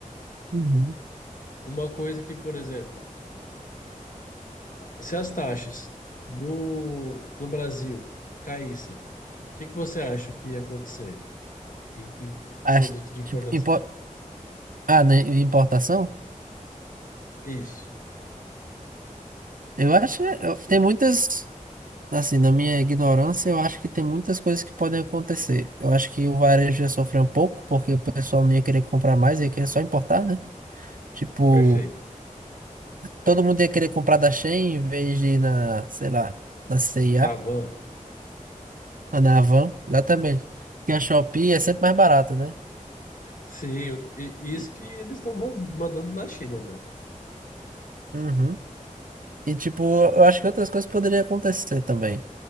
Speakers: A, on the right; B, on the left.
A: uhum.
B: Uma coisa que, por exemplo, se as taxas no do Brasil caíssem, o que que você acha que ia acontecer em, em
A: Acho,
B: produto de importação?
A: tipo, impo- ah, né, de importação?
B: Isso,
A: Eu acho que é- eu- tem muitas. Assim, na minha ignorância, eu acho que tem muitas coisas que podem acontecer. Eu acho que o varejo ia sofrer um pouco, porque o pessoal não ia querer comprar mais, ia querer só importar, né? Tipo,
B: perfeito.
A: todo mundo ia querer comprar da Shein em vez de ir na, sei lá, na C&A,
B: Na van.
A: ou na Havan, exatamente. Porque a Shopee é sempre mais barata, né?
B: Sim, eu- e-
A: E,
B: isso que eles estão man- mandando na China, né?
A: uhum. E, tipo, eu acho que outras coisas poderiam acontecer também,